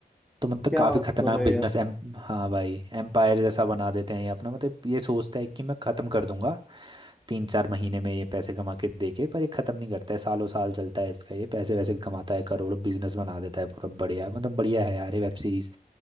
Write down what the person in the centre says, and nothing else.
क्या
बात
कर रहे
हैं